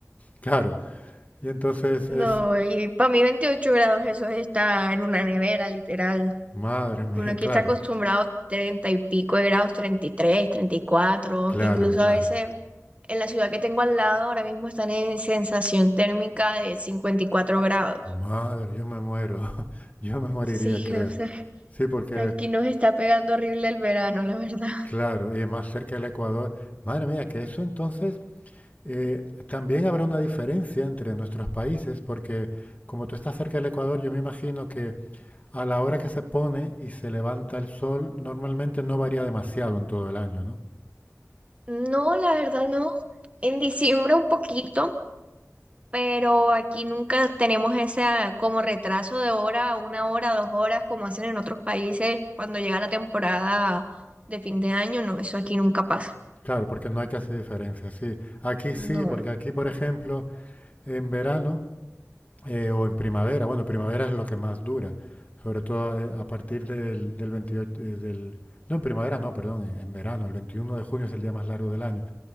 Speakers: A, on the left (about 30°); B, on the right (about 25°).
A: claro. Y entonces
B: No,
A: es,
B: y para mí 28 grados eso es estar en una nevera, literal.
A: madre mía,
B: Que Uno aquí
A: claro,
B: está acostumbrado a 30 y pico de grados, treinta treinta y tres treinta y cuatro
A: claro,
B: incluso
A: claro.
B: a veces en la ciudad que tengo al lado ahora mismo están en sensación térmica de 54 grados.
A: Madre, yo me muero, <laughs> yo me moriría,
B: Sí,
A: creo.
B: <laughs> o sea,
A: Sí, porque,
B: aquí nos está pegando horrible el verano, la verdad.
A: claro, y más cerca del Ecuador. Madre mía, que eso entonces eh, también habrá una diferencia entre nuestros países, porque como tú estás cerca del Ecuador, yo me imagino que a la hora que se pone y se levanta el sol, normalmente no varía demasiado en todo el año, ¿no?
B: No, la verdad no. En diciembre un poquito, pero aquí nunca tenemos ese ah, como retraso de hora, una hora, dos horas, como hacen en otros países cuando llega la temporada de fin de año. No, eso aquí nunca pasa.
A: Claro, porque no hay casi diferencia, sí. Aquí
B: No,
A: sí, porque aquí, por ejemplo, en verano eh, o en primavera. Bueno, primavera es lo que más dura, sobre todo eh, a, partir del, del 28, eh, del, no en primavera, no, perdón, en, en verano. El 21 de junio es el día más largo del año.